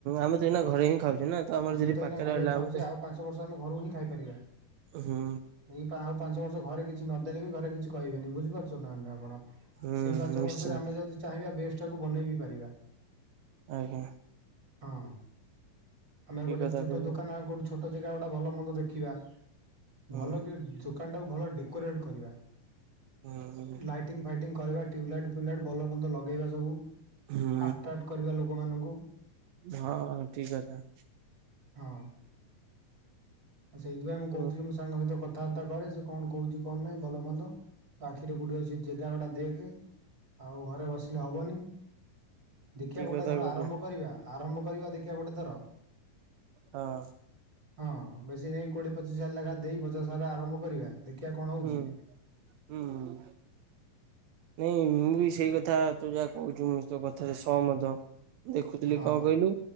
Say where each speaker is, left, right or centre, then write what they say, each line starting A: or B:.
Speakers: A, on the right; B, on the right.
A: ଆମେ ତ ଏଇନା ଘରେ ହିଁ ଖାଉଛୁ। ନା ଆମର
B: ଆମେ
A: ଯଦି
B: ତ
A: ପାଖରେ
B: ଏଇନା ଘରେ
A: ହେଲା
B: ଖାଉଛେ
A: ଆମର
B: ଆଉ ପାଞ୍ଚ ବର୍ଷ ଆମେ ଘରୁ ହିଁ ଖାଇପାରିବା
A: ହୁଁ
B: ଏଇ ପାଞ୍ଚ ବର୍ଷ ଘରେ କିଛି ନଦେଲେ ବି ଘରେ କିଛିହିବେନି ବୁଝିପାରୁଛ ନାହେଲେ ଆପଣ?
A: ହୁଁ
B: ସେଇ ପାଞ୍ଚ
A: ନିଶ୍ଚିନ୍ତ
B: ବର୍ଷରେ ଆମେ ଯଦି ଚାହିଁବା ବେଶ ଟାକୁ ବନେଇ ବିି ପାରିବା।
A: ଆଜ୍ଞା।
B: ହଁ ଆମେ
A: ଠିକ
B: ଗୋଟେ
A: କଥା
B: ଛୋଟ
A: କହିଲେ।
B: ଦୋକାନ କରୁଛୁ। ଛୋଟ ଜାଗା ଗୋଟା ଭଲ ମନ୍ଦ ଦେଖିବା
A: ହୁଁ
B: ଭଲ କି ଦୋକାନଟାକୁ ଭଲ ଡେକୋରେଟ୍ କରିବା।
A: ହୁଁ
B: ଲାଇଟିଂ ଫାଇଟିଂ କରିବା ଟ୍ୟୁବଲାଇଟ ଫ୍ୟୁବଲାଇଟ୍ ଭଲ ମନ୍ଦ ଲଗେଇବା ସବୁ
A: ହୁଁ
B: ଆଟାଟ କରିବା ଲୋକମାନଙ୍କୁ
A: ହଁ ଠିକ୍ କଥା।
B: ହଁ। ଆ ସେଇଥିପାଇଁ ମୁଁ
A: ହୁଁ
B: କହୁଥିଲି, ମୁଁ ସାଙ୍ଗ ସହିତ କଥାବାର୍ତ୍ତା କରେ ସେ କଣ କହୁଛି କଣ ନାହିଁ ଭଲ ମନ୍ଦ ସେଇଠି କୋଉଠିଅଛି ଜାଗା ଗୁଡ଼ା ଦେଖେ ଆଉ ଘରେ ବସିଲେ ହବନି। ଦେଖିବା
A: ଠିକ
B: ଗୋଟେ
A: କଥା
B: ଥର
A: କହିଲେ
B: ଆରମ୍ଭ କରିବା ଆରମ୍ଭ କରିବା ଦେଖିବା ଗୋଟେ ଥର
A: ହଁ।
B: ହଁ ବେଶୀ ନାଇ କୋଡିଏ ପଚିଶ ହଜାର ଲେଖା ଦେଇ ପଚାଶ ହଜାର ଆରମ୍ଭ କରିବା। ଦେଖିବା କଣ ହେଉଛି
A: ହୁଁ ହୁଁ। ନାଇଁ ମୁଁ ବି ସେଇ କଥା ତୁ ଯାହା କହୁଛୁ ମୁ ତୋ କଥାରେ ସହ ମତ ଦେଖୁଥିଲି
B: ହଁ
A: କଣ କହିଲୁ?